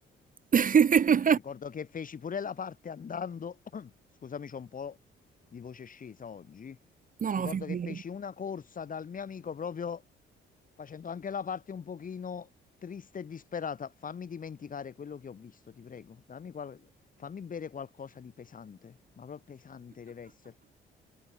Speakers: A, on the right; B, on the left.
A: <laughs>
B: Ricordo che feci pure la parte andando. <clears throat> Scusami, c'ho un po' di voce scesa oggi.
A: No,
B: Ricordo
A: no, figurati.
B: che feci una corsa dal mio amico proprio facendo anche la parte un pochino triste e disperata. Fammi dimenticare quello che ho visto, ti prego. Dammi qual- Fammi bere qualcosa di pesante, ma proprio pesante deve essere.